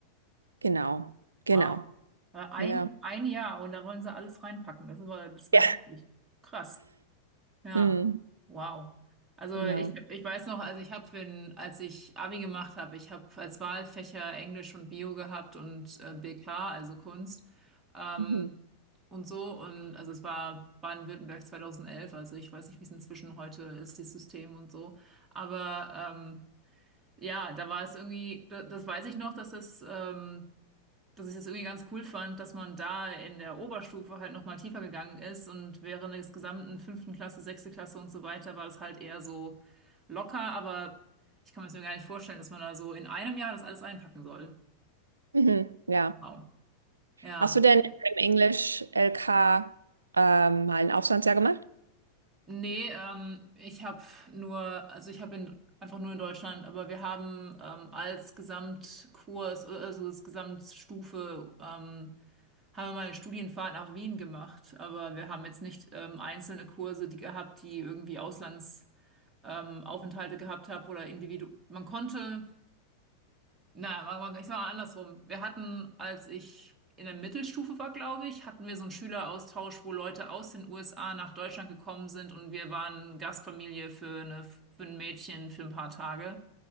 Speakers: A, on the right (about 75°); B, on the right (about 20°).
A: genau,
B: Wow.
A: genau,
B: Äh, Ein,
A: ja.
B: ein Jahr und da wollen sie alles reinpacken. Das war, das war
A: Ja.
B: heftig. Krass. Ja.
A: Mhm.
B: Wow. Also
A: Genau.
B: ich, ich weiß noch, also ich habe, wenn, als ich Abi gemacht habe, ich habe als Wahlfächer Englisch und Bio gehabt und äh, BK, also Kunst. Ähm,
A: Mhm.
B: und so. Und also es war Baden-Württemberg 2011, also ich weiß nicht, wie es inzwischen heute ist, das System und so. Aber ähm, Ja, da war es irgendwie, da- das weiß ich noch, dass das, ähm, dass ich das irgendwie ganz cool fand, dass man da in der Oberstufe halt nochmal tiefer gegangen ist und während des gesamten fünften Klasse, sechste Klasse und so weiter war das halt eher so locker, aber ich kann mir das mir gar nicht vorstellen, dass man da so in einem Jahr das alles einpacken soll.
A: Mhm. Ja.
B: Wow. Ja.
A: Hast du denn im Englisch-LK ähm, mal ein Auslandsjahr gemacht?
B: Nee, ähm, ich habe nur, also ich habe in einfach nur in Deutschland, aber wir haben ähm, als Gesamtkurs, also als Gesamtstufe ähm, haben wir mal eine Studienfahrt nach Wien gemacht, aber wir haben jetzt nicht ähm, einzelne Kurse, die gehabt, die irgendwie Auslandsaufenthalte ähm, Aufenthalte gehabt haben oder Individu. Man konnte, naja, man, man, ich sag mal andersrum. Wir hatten, als ich in der Mittelstufe war, glaube ich, hatten wir so einen Schüleraustausch, wo Leute aus den USA nach Deutschland gekommen sind und wir waren Gastfamilie für eine für ein Mädchen für ein paar Tage. Mhm.